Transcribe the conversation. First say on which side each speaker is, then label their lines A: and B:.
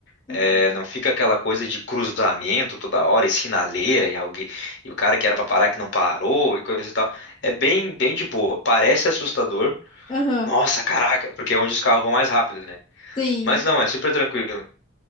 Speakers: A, on the left; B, on the left.
A: É,
B: Uhum.
A: não fica aquela coisa de cruzamento toda hora e sinaleira e alguém e o cara que era para parar que não parou e coisa e tal. É bem bem de boa. Parece assustador.
B: Aham.
A: Nossa, caraca, porque é onde os carros vão mais rápido, né?
B: Sim.
A: Mas não, é super tranquilo.